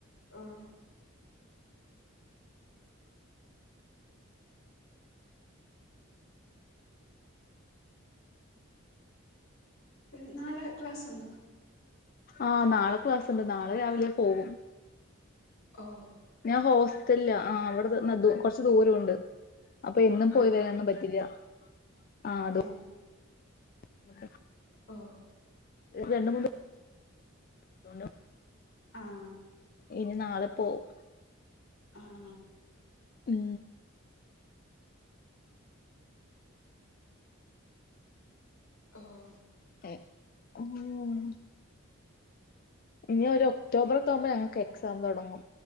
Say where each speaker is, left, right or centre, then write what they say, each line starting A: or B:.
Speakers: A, on the left (about 85°); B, on the left (about 45°).
A: ആഹ് പിന്നേ നാളെ ക്ലാസ്ണ്ടോ
B: ആഹ് നാളെ ക്ലാസ്ണ്ട് നാളെ രാവിലെ പോവും
A: ഓഹ്
B: ഞാൻ ഹോസ്റ്റലിലാ ആഹ് അവിടെത് ന്ന് കൊറച്ച് ദൂരോണ്ട് അപ്പൊ എന്നും പോയി
A: ആണ്
B: വരാനൊന്നും പറ്റില്ല ആഹ് അതോ
A: ഏ
B: <unintelligible>
A: ഓഹ്
B: രണ്ട് മൂന്ന് <unintelligible>
A: ആഹ്
B: ഇനി നാളെ പോവും
A: ആണ
B: ഉം
A: ആഹ്
B: ഏഹ് ഉം ഇനി ഒരു ഒക്ടോബറൊക്കെ ആവുമ്പ ഞങ്ങക്ക് എക്സാം തുടങ്ങും